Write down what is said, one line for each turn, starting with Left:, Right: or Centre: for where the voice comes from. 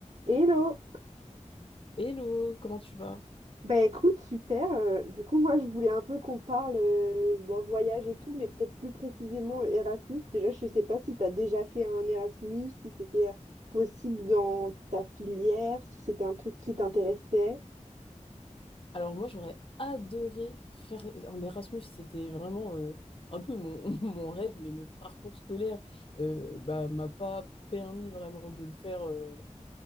Right: Hello!
Left: Hello, comment tu vas?
Right: Bah écoute, super. euh, du coup, moi, je voulais un peu qu'on parle euh, bon, voyage et tout, mais peut-être plus précisément euh, Erasmus. Déjà, je sais pas si tu as déjà fait un Erasmus, si c'était euh, possible dans ta filière, si c'était un truc qui t'intéressait.
Left: Alors moi j'aurais adoré faire un Erasmus, c'était vraiment euh, un peu mon, <laughs> mon rêve, mais mon parcours scolaire euh, bah, m'a pas permis vraiment de le faire euh,